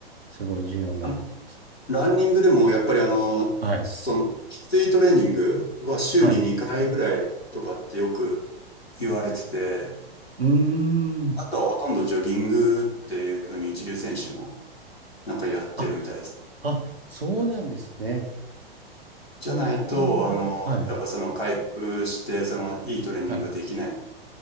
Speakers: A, on the right; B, on the left.
A: すごい重要になってきます。
B: あランニングでもやっぱりあの、
A: はい。
B: その、きついトレーニングは週に2回ぐらいとかってよく言われてて、
A: はい。うーん。
B: あとはほとんどジョギングっていうふうに一流選手もなんかやってるみたいです。
A: あ、あ、そうなんですね。
B: じゃないと、
A: おー。
B: あの、
A: はい。
B: やっぱその回復して、そのいいトレーニングができないっ
A: はい。